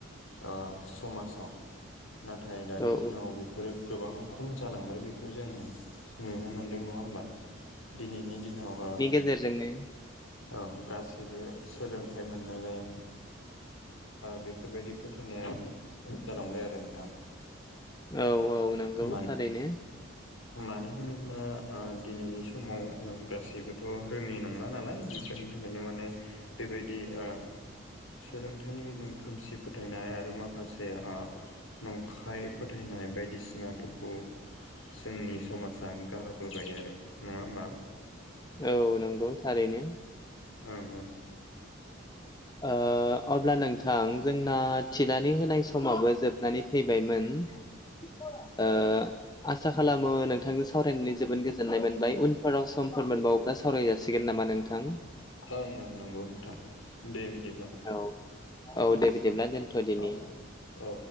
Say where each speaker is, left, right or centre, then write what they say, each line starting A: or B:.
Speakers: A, on the left (about 75°); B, on the left (about 20°).
A: ओ समाजाव। नाथाय दानि
B: औ
A: दिनाव बेफोरो गोबां खम जालांबाय बेखौ जों नुनो मोनदों नङा होमबा दिनैनि दिनाव ओ
B: गेजेरजोंनि
A: ओं गासैबो सोलोंथाइ मोननायलाय बेफोरबायदि फोथायनाया जोबोद खम जालांबाय आरो नोंथां
B: औ औ नंगौ
A: मानो
B: थारैनो
A: मानो होनोब्ला दिनैनि समाव गासैबोथ' रोङि नंला नालाय बेफोरनि थाखायनो माने बेबायदि ओ सोलोंथायाइनि गेजेरजों खोमसि फोथायनाय आरो माखासे ओ नंखाय फोथायनाय बायदिसिनाफोरखौ जोंनि समाजा गारबोबाय आरो नङा होमबा
B: औ नंगौ थारैनो।
A: ओम ओम।
B: ओ अब्ला नोंथां जोंना थिलानानै होनाय समावबो जोबनानै फैबायमोन ओ। आसा खालामो नोंथांजों सावरायनानै जोबोद गोजोननाय मोनबाय उनफोराव समफोर मोनबावोब्ला सावराय जाासिगोन नामा नोंथां
A: ओं ओं नंगौ नोंथां दे बिदिब्ला
B: औ औ दे बिदिब्ला दोनथ दिनि
A: औ औ